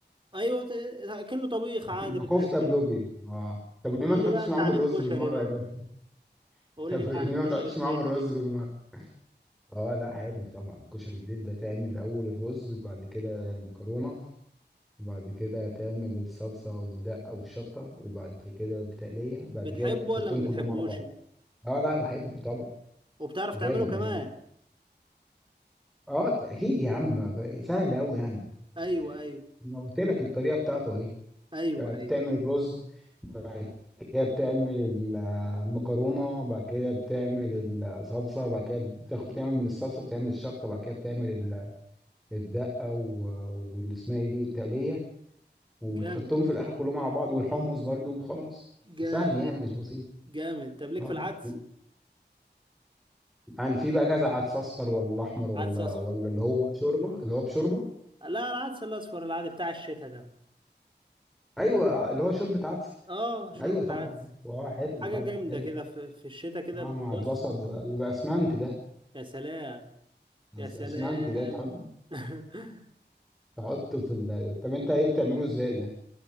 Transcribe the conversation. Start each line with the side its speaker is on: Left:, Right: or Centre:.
Right: ايوه ت- كله طبيخ
Centre: بتبقى
Right: عادي بتنزله
Centre: كفته بلوبيا اه طب ليه
Right: قول
Centre: ما تحطش
Right: لي بقى انت
Centre: معاهم
Right: عن
Centre: الرز
Right: الكشري
Centre: بالمره
Right: بقى
Centre: يا باشا
Right: قول
Centre: <laughs> طب
Right: لي بقى
Centre: ليه
Right: عن الكشري
Centre: ما تحطش
Right: البيتي
Centre: معاهم الرز بالمره اه لا حلو طبعا كشري البيت ده تعمل اول الرز بعد كده مكرونه بعد كده تعمل الصلصة والدقة والشطة وبعد كده التقلية بعد
Right: بقى بتحبه
Centre: كده تحطهم
Right: ولا ما بتحبوش
Centre: كلهم على بعض اه لا بحبه طبعا
Right: وبتعرف
Centre: جامد
Right: تعمله كمان
Centre: يعني اه اكيد يا عم سهل قوي يعني
Right: ايوه
Centre: إيه،
Right: ايوه
Centre: انا قلت لك الطريقة بتاعته اهي
Right: ايوه
Centre: آه، بتعمل
Right: ايوه
Centre: الرز بعد كده بتعمل المكرونة بعد كده بتعمل الصلصة بعد كده بتاخد بتعمل من الصلصة بتعمل الشطة بعد كده بتعمل ال- الدقة و- واللي اسمها ايه دي والتقلية وتحطهم
Right: جامد
Centre: في الاخر كلهم على بعض والحمص برضو وخلاص
Right: جامد
Centre: سهل يعني مش بسيط
Right: جامد طب ليك
Centre: اه
Right: في العدس
Centre: يعني في بقى كذا عدس اصفر ولا احمر ولا
Right: عدس اصفر
Centre: ولا اللي هو شوربه اللي هو بشوربه
Right: لا العدس الاصفر العادي بتاع الشتاء ده
Centre: ايوه اللي هو شوربه عدس
Right: اه شوربة
Centre: ايوه طبعا
Right: عدس
Centre: اه حلو
Right: حاجة
Centre: طبعا
Right: جامدة
Centre: حلو
Right: كده في, في الشتاء كده
Centre: اه مع
Right: بص
Centre: البصل الاسمنت ده
Right: يا سلام
Centre: أس-
Right: يا سلام
Centre: اسمنت ده تحط
Right: <laughs>
Centre: تحطه في ال... طب انت ايه بتعمله ازاي ده